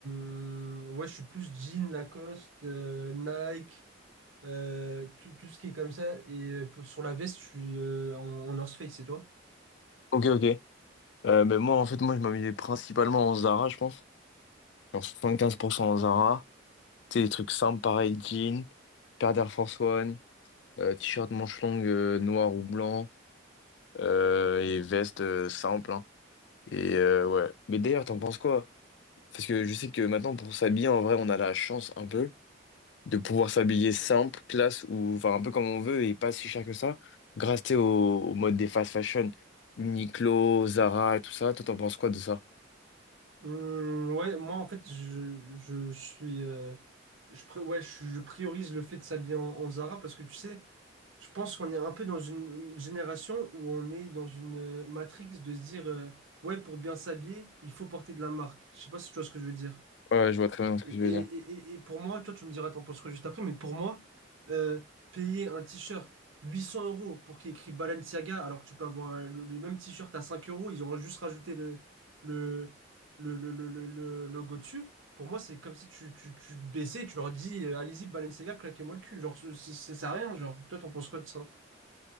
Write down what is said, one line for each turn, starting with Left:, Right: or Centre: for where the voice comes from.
Right: ouais, je suis plus jean, Lacoste, euh, Nike euh, tout, tout ce qui est comme ça. Et euh, pour- sur la veste, je suis euh, en, en North Face, c'est toi?
Left: Ok, ok. Euh, ben moi, en fait, moi, je m'habillais principalement en Zara, je pense. Genre 75% en Zara. Tu sais, des trucs simples, pareil, jean, paire d'Air Force One, euh, t-shirt manche longue euh, noir ou blanc, euh, et veste euh, simple, hein. Et euh, ouais. Mais d'ailleurs, t'en penses quoi? Parce que je sais que maintenant, pour s'habiller, en vrai, on a la chance un peu de pouvoir s'habiller simple, classe, ou enfin un peu comme on veut et pas si cher que ça, grâce tu sais, au, au mode des fast fashion, Uniqlo, Zara et tout ça. Toi, t'en penses quoi de ça?
Right: Hum, ouais, moi en fait, je, je suis. euh, je, pré- ouais, je, je priorise le fait de s'habiller en, en Zara parce que tu sais. Je pense qu'on est un peu dans une génération où on est dans une euh, matrix de se dire euh, ouais, pour bien s'habiller, il faut porter de la marque. Je sais pas si tu vois ce que je veux dire.
Left: Ouais, je vois très bien ce
Right: Et,
Left: que
Right: et-
Left: je veux dire.
Right: et- et pour moi, toi, tu me diras, t'en penses quoi juste après, mais pour moi, euh, payer un t-shirt 800 euros pour qu'il y ait écrit Balenciaga, alors que tu peux avoir un- le, le même t-shirt à 5 euros, ils ont juste rajouté le, le, le, le, le, le- le logo dessus. Pour moi, c'est comme si tu, tu, tu te baissais et tu leur dis euh, allez-y, Balenciaga, claquez-moi le cul. Genre, ça ça sert à rien. Genre, toi, t'en penses quoi de ça?